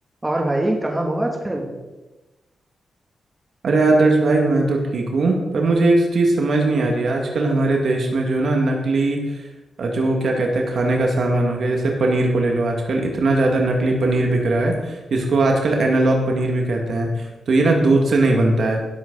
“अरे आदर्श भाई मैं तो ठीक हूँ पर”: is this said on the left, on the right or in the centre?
Right